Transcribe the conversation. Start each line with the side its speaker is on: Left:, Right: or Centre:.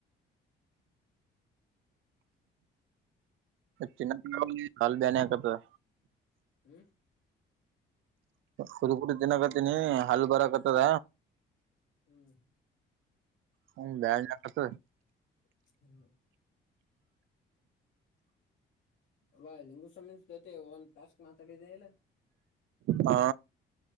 Right: ಚನ್ನ ಕಾಲ್ ಬಾನಕತದ
Left: ಹೂ
Right: ಕುದ ಕುುದ ತಿಿನಕತಿನಿ ಹಲ್ ಬರಕತ್ತದ
Left: ಹ್ಮ್
Right: ಹ್ ಬತತ
Left: ಹ ವ ಲಿಂಗು ಸಮೀ ಜೊತೆ ಒಂತ ಟಾಸ್ಕ್ ಮಾತಾಡಿದೆ ಇಲ್ಲ
Right: ಹಾ